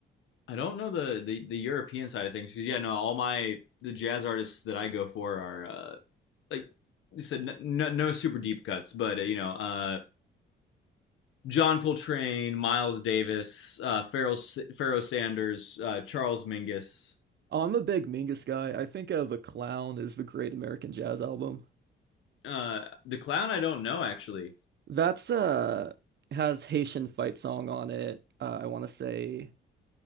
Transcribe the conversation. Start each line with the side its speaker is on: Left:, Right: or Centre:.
Left: I don't know the, the the European side of things because yeah, no, all my the jazz artists that I go for are uh, like you said, no, no super deep cuts, but uh, you know, uh, John Coltrane, Miles Davis, uh, Pharoah, Pharoah Sanders, uh, Charles Mingus,
Right: Oh, I'm a big Mingus guy. I think uh, The Clown is the Great American Jazz Album.
Left: uh, the clown. I don't know actually.
Right: That's uh has Haitian fight song on it. Uh, I want to say.